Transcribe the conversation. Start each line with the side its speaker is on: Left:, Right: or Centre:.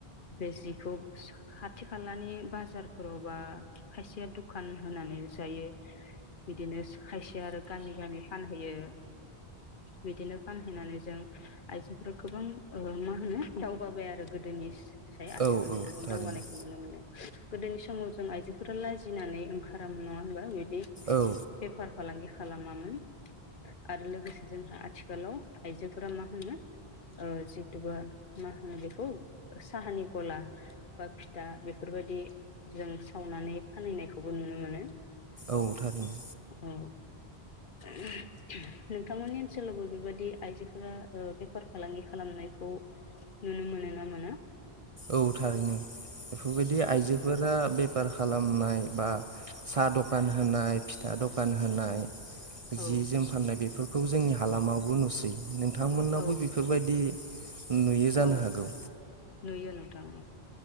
Left: बे जिखौ खाथि खालानि बाजारफोराव बा खायसेया दु खान होनानै जायो बिदिनो खायसे आरो गामि गामि। फानहैयो बिदिनो फानहैनानै जों आइजोफोरा गोबां ओवमा होनो दावगाबाय आरो गोदोनिस फ्राय आथिखालाव
Right: औ औ
Left: गोबां
Right: थारैनो
Left: दावगानाय। नुनो मोनो गोदोनि समाव जों आइजोफोरा लाजिनानै ओंखारामोन नङा होमबा बिदि
Right: औ
Left: बेफार फालांगि खालामामोन। आरो लोगोसे जोंहा आथिखालाव आइजोफोरा मा होनो। ओ जितुुबा मा होनो बेखौ साहानि गला। बा फिथा बेफोरबायदि जों सावनानै फानहैनायखौबो नुनो मोनो।
Right: औ थारैनो।
Left: अ नोंथांमोननि ओनसोलावबो बेबायदि आइजोफोरा ओ बेफार फालांगि खालामनायखौ नुनो मोनो ना मोना?
Right: औ थारैनो बेफोरबायदि आयजोफोरा बेफार खालामनाय बा। साहा दखान होनाय फिथा दखान होनाय
Left: औ
Right: जि जोम। फाननाय बेफोरखौ जोंनि हालामावबो नुसै नोंथांमोननाबो
Left: औ
Right: बेफोरबायदि नुयो जानो
Left: औ
Right: हागौ।
Left: नुयो नोंथां।